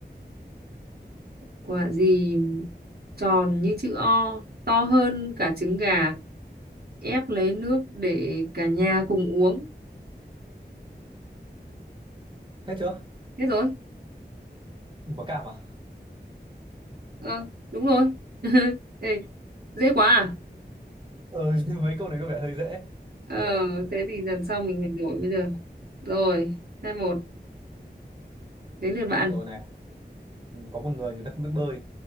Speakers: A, on the right (about 60°); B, on the right (about 30°).
A: quả gì tròn như chữ O, to hơn cả trứng gà, ép lấy nước để cả nhà cùng uống.
B: Hết chưa?
A: Hết rồi.
B: Quả cam à?
A: Ờ, đúng rồi. <laughs> Ê, dễ quá à?
B: ừ, <laughs> mấy câu này có vẻ hơi dễ
A: Ờ,
B: rồi cực- cực-
A: thế thì lần sau mình phải đổi mới được. Rồi, hai một đến lượt bạn.
B: rồi này ừ, có một người người ta không biết bơi